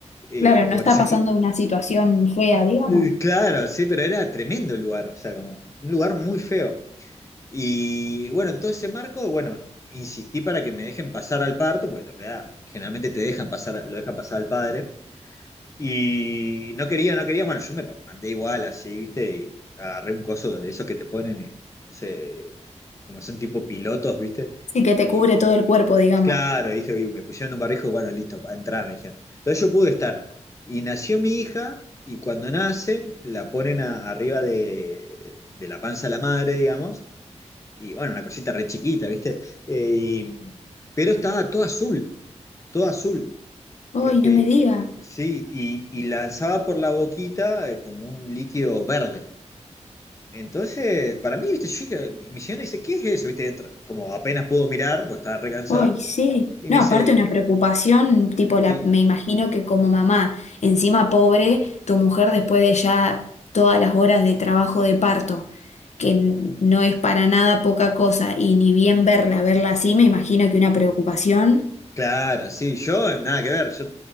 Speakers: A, on the left; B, on the left.
A: Eh,
B: claro, no
A: como
B: está
A: te sentí...
B: pasando una situación fea, digamos.
A: <laughs> Claro, sí, pero era tremendo el lugar, o sea, como un lugar muy feo. Y bueno, en todo ese marco, bueno, insistí para que me dejen pasar al parto, porque en realidad generalmente te dejan pasar, lo dejan pasar al padre. Y no quería, no quería, bueno, yo me pa- mandé igual así, ¿viste? Y agarré un coso de esos que te ponen, eh, no sé, como son tipo pilotos, ¿viste?
B: Sí que te
A: Y
B: cubre todo el cuerpo, digamos.
A: claro, ¿viste? Y me pusieron un barrijo, y bueno, listo, para entrar, me dijeron. Entonces yo pude estar. Y nació mi hija, y cuando nacen, la ponen a- arriba de, de la panza de la madre, digamos y bueno, una cosita re chiquita, ¿viste? Eh, y- pero estaba todo azul, todo azul.
B: Ay,
A: Este,
B: no me diga.
A: sí, y, y lanzaba por la boquita eh, como un líquido verde. Entonces, para mí, ¿viste? Yo dije- mi mi señora dice, ¿qué es eso? ¿Viste? Dentro, como apenas pudo mirar, pues estaba re cansada,
B: Ay, sí.
A: y
B: No,
A: me dice,
B: aparte una preocupación, tipo la,
A: sí.
B: me imagino que como mamá, encima pobre, tu mujer después de ya todas las horas de trabajo de parto. que n- no es para nada poca cosa, y ni bien verla, verla así, me imagino que una preocupación.
A: Claro, sí, yo nada que ver, yo